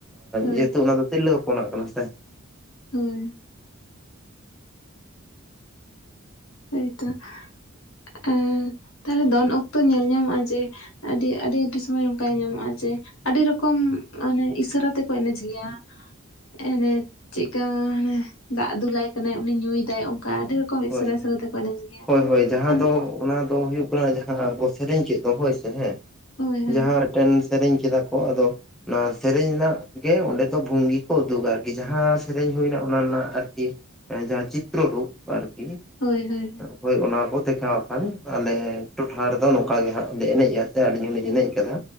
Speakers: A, on the left; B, in the centre.
A: ᱦᱳᱭ
B: ᱡᱮᱦᱮᱛᱩ ᱚᱱᱟ ᱫᱚ ᱛᱤᱨᱞᱟᱹ ᱦᱚᱯᱚᱱᱟᱜ ᱠᱟᱱᱟ ᱥᱮ
A: <unintelligible> ᱦᱟᱭᱛᱚ᱾ᱛᱟᱦᱚᱞᱮ ᱫᱚᱱ ᱚᱠᱛᱚ ᱧᱮᱞ ᱧᱟᱢᱚᱜᱼᱟ ᱡᱮ ᱟᱹᱰᱤ ᱟᱹᱰᱤ ᱟᱹᱰᱤ ᱥᱚᱢᱚᱭ ᱱᱚᱝᱠᱟ ᱟᱸᱡᱚᱢᱚᱜᱼᱟ ᱡᱮ ᱟᱹᱰᱤ ᱨᱚᱠᱚᱢ ᱢᱟᱱᱮ ᱤᱥᱟᱹᱨᱟ ᱛᱮᱠᱚ ᱮᱱᱮᱡ ᱜᱮᱭᱟ᱾ ᱚᱱᱮ ᱪᱮᱫᱠᱟ ᱢᱟᱱᱮ ᱫᱟᱜ ᱫᱩᱞᱟᱭ ᱠᱟᱱᱟᱭ ᱩᱱᱤ ᱧᱩᱭᱫᱟᱭ ᱚᱱᱠᱟ ᱟᱹᱰᱤ ᱨᱚᱠᱚᱢ
B: ᱦᱳᱭ
A: ᱤᱥᱟᱹᱨᱟ ᱤᱥᱟᱹᱨᱟ ᱛᱮᱠᱚ ᱮᱱᱮᱡ ᱜᱮᱭᱟ
B: ᱦᱳᱭ ᱦᱳᱭ ᱡᱟᱦᱟᱸ
A: ᱢᱟᱱᱮ
B: ᱫᱚ ᱚᱱᱟ ᱫᱚ ᱦᱩᱭᱩᱜ ᱠᱟᱱᱟ ᱾ᱡᱟᱦᱟᱸ ᱠᱚ ᱥᱮᱨᱮᱧ ᱠᱮᱫ ᱫᱚ ᱦᱳᱭ ᱥᱮ, ᱦᱮᱸ
A: ᱦᱳᱭ ᱦᱳᱭ
B: ᱡᱟᱦᱟᱸ ᱢᱤᱫᱴᱮᱱ ᱥᱮᱨᱮᱧ ᱠᱮᱫᱟ ᱠᱚ ᱟᱫᱚ ᱚᱱᱟ ᱥᱮᱨᱮᱧ ᱨᱮᱱᱟᱜ ᱜᱮ ᱚᱸᱰᱮ ᱫᱚ ᱵᱷᱝᱜᱤ ᱠᱚ ᱩᱫᱩᱜᱟ ᱟᱨᱠᱤ᱾ ᱡᱟᱦᱟᱸ ᱥᱮᱨᱮᱧ ᱦᱩᱭᱱᱟ ᱚᱱᱟ ᱨᱮᱱᱟᱜ ᱟᱨᱠᱤ᱾ ᱡᱟᱦᱟᱸ ᱪᱤᱛᱨᱚ ᱨᱩᱯ ᱟᱨᱠᱤ
A: ᱦᱳᱭ ᱦᱳᱭ
B: ᱦᱳᱭ ᱚᱱᱟ ᱠᱚ ᱫᱮᱠᱷᱟᱣ ᱠᱷᱟᱱ ᱟᱞᱮ ᱦᱚᱭ ᱚᱱᱟ ᱠᱚ ᱫᱮᱠᱷᱟᱣᱼᱟ᱾ᱟᱞᱮ ᱴᱚᱴᱷᱟ ᱨᱮᱫᱚ ᱱᱚᱝᱠᱟ ᱜᱮ ᱦᱟᱸᱜ ᱞᱮ ᱮᱱᱮᱡᱼᱟ ᱥᱮ ᱟᱹᱞᱤᱧ ᱦᱚᱸᱞᱤᱧ ᱮᱱᱮᱡ ᱟᱠᱟᱫᱟ᱾